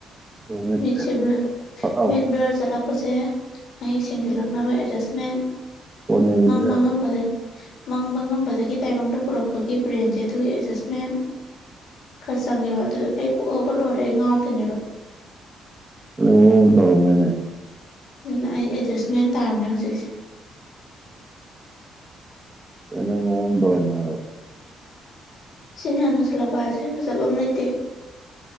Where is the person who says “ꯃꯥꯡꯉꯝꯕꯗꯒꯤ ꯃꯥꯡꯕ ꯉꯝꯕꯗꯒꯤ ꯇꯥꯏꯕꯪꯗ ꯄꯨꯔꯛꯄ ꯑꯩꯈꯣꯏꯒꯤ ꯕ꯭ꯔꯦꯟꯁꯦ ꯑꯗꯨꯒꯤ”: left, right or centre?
Left